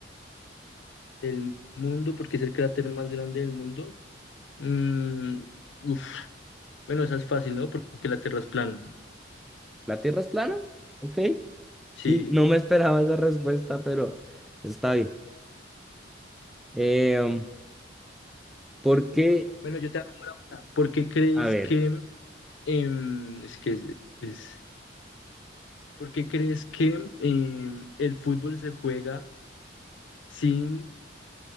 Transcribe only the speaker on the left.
El mundo, porque es el cráter más grande del mundo. Mm, uf. Bueno, esa es fácil, ¿no? Porque la Tierra es plana.
Sí,
Bueno, yo te hago ahora una. ¿Por qué crees
que, em, es que es, es- ¿por qué crees que em, el fútbol se juega sin,